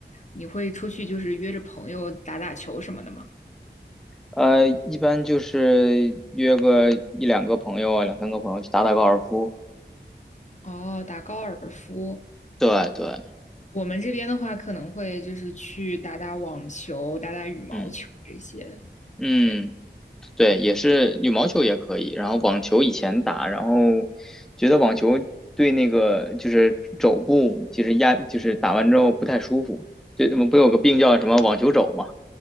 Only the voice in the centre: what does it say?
呃，一般就是约个一两个朋友啊，两三个朋友去打打高尔夫。
对对，
嗯嗯。
对，也是羽毛球也可以，然后网球以前打，然后觉得网球对那个就是肘部，其实压就是打完之后不太舒服，就我们不有个病叫什么网球肘嘛，